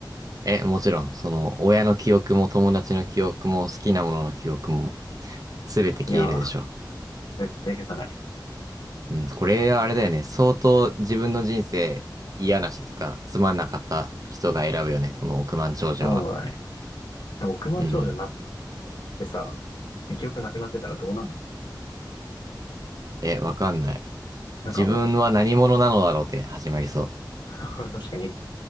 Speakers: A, on the right; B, on the left.
A: え、もちろん、その、親の記憶も友達の記憶も好きなものの記憶も、すべて消えるでしょ。
B: いやー、絶対消さない。
A: うん、これはあれだよね。相当自分の人生嫌な人とかつまんなかった人が選ぶよね。この億万長者は。
B: そうだね。でも億万長者になっ
A: うん。
B: てさ、で、記憶なくなってたらどうなんの
A: え、わかんない。
B: なんかもう、
A: 自分は何者なのだろうって始まりそ
B: <laughs> 確かに、